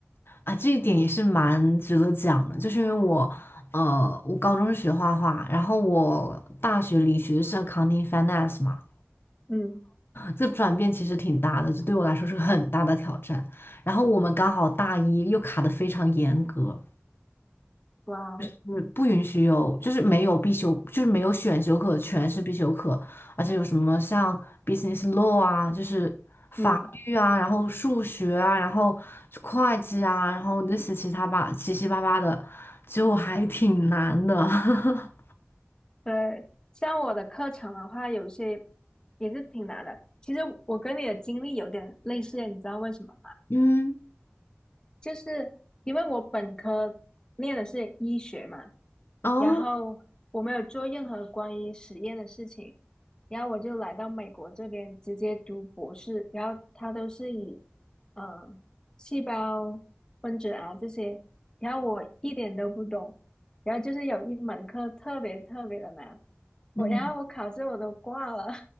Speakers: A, on the left (about 55°); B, on the left (about 15°).
A: 啊，这一点也是蛮值得讲的，就是因为我，呃，我高中是学画画，然后我大学里学的是 accounting finance 嘛。
B: 嗯，
A: 这转变其实挺大的，就对我来说是个很大的挑战。然后我们刚好大一又卡得非常严格，
B: 哇哦
A: 就是不允许有，就是没有必修，就是没有选修课，全是必修课。而且有什么像 business law 啊，就是
B: 嗯，
A: 英语啊，然后数学啊，然后会计啊，然后那些其他吧，七七八八的，就还挺难的。<laughs>
B: 对，像我的课程的话，有些也是挺难的。其实我跟你的经历有点类似，你知道为什么吗？
A: 嗯，
B: 就是因为我本科念的是医学嘛，
A: 哦，
B: 然后我没有做任何关于实验的事情，然后我就来到美国这边直接读博士，然后他都是以呃细胞分子啊这些，然后我一点都不懂，然后就是有一门课特别特别的难，
A: 嗯，
B: 我然后我考试我都挂了，